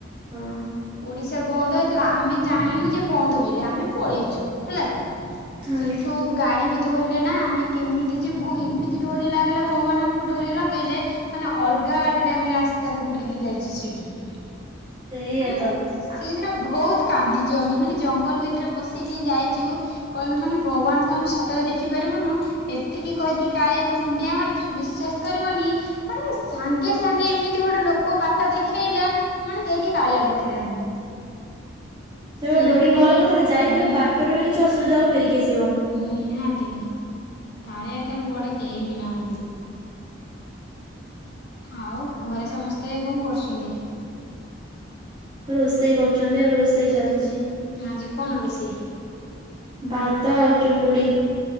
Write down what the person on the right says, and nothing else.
ହଁ।
ଆଜ୍ଞା।
ସେଇଆ
ତ କେବଳ
<unintelligible>
ଡୋରି ନ ଲାଗିଲେ ତମେ ଯାଇଥିଲେ
ବାଟରୁ ବି କିଛି ଅସୁବିଧା ହବ ଫେରିକି ଆସିବ।
ରୋଷେଇ କରୁଛନ୍ତି ଆଉ ରୋଷେଇ ଚାଲିଛି।
ଭାତ ଆଉ ଚିଙ୍ଗୁଡ଼ି।